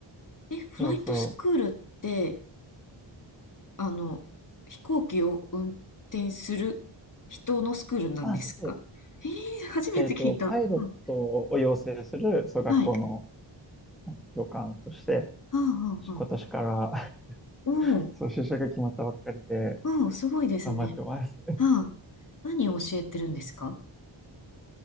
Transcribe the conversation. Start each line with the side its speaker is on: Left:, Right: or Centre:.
Left: え、フライトスクールって、
Centre: そうそう。
Left: あの、飛行機を運転する人のスクールなんですかえー、
Centre: あ、そうそう。
Left: 初めて聞いた。
Centre: えっと、パイロットを養成する、
Left: うん。
Centre: そう、学校の、
Left: はい。は
Centre: あの教官として、
Left: あはあはあ。
Centre: 今年から、<laughs>
Left: おお、
Centre: そう、就職が決まったばっかりで、
Left: おお、すごいですね。
Centre: 頑張ってます。
Left: はあ。何を教えてるんですか